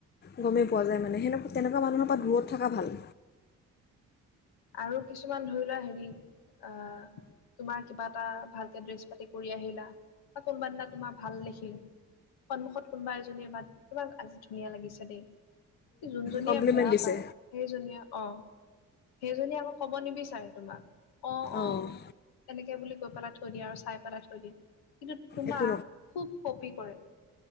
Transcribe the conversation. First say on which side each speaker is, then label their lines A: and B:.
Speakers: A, on the left; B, on the left.
A: গমেই পোৱা যায় মানে সেনেকুৱা তেনেকুৱা মানুহৰ পৰা দূৰত থকা ভাল।
B: আৰু কিছুমান ধৰি লোৱা হেৰি। অহ তোমাৰ কিবা এটা ভালকে ড্ৰেছ পাতি কৰি আহিলা। বা কোনবাদিনা তোমাৰ ভাল দেখিল সন্মুখত কোনোবা এজনীয়ে বাট তোমাক আজি ধুনীয়া লাগিছে দেই যোনজনীয়ে
A: কমপ্লিমেণ্ট
B: বেয়া
A: দিছে
B: পায় সেইজনীয়ে অ সেইজনী আকৌ কব নিবিচাৰে তোমাক অ অ
A: অঁ
B: তেনেকে বুলি কৈ পেলাই থৈ দিয়ে আৰু চাই পেলাই থৈ দিয়ে কিন্তু তোমাক
A: একো
B: খুব কঁপি কৰে